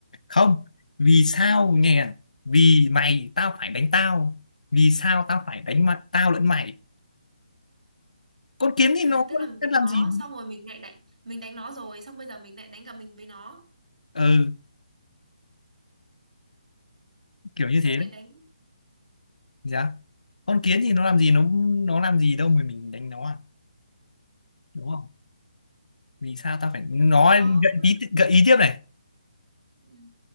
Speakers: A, on the left; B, on the right.
A: không vì sao nghe à? vì mày tao phải đánh tao vì sao tao phải đánh mặt tao lẫn mày con kiến thì nó
B: à
A: có
B: tức là mình
A: làm
B: đánh nó
A: gì
B: xong rồi mình lại đánh mình đánh nó rồi xong bây giờ mình lại đánh cả mình với nó
A: ừ kiểu như
B: sao
A: thế
B: lại
A: đấy
B: đánh
A: dạ con kiến thì nó làm gì nó nó làm gì đâu mà mình đánh nó à đúng không vì sao tao phải nó
B: nó
A: gợi ý gợi ý tiếp này
B: ừ,